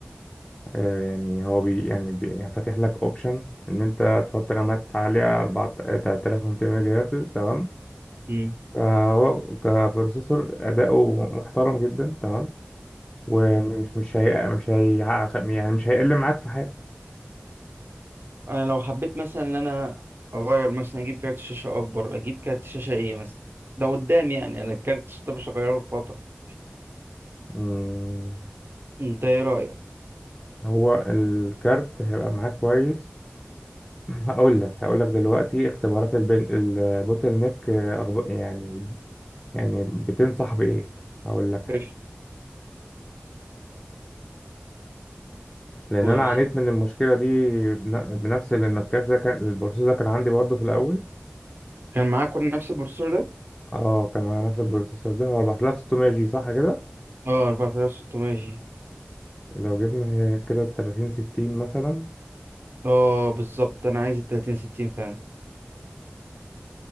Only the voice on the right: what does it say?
مم.
انا لو حبيت مثلا ان انا اغير مثلا اجيب كارت شاشه اكبر اجيب كارت شاشه ايه مثلا ده قدام يعني انا الكارت الشاشه ده مش هغيره في فتره
انت ايه رايك
ماشي
قول
لي
كان معاك كل نفس البروسيسور ده
اه 4600 جي
اه بالظبط انا عايز ال 3060 فعلا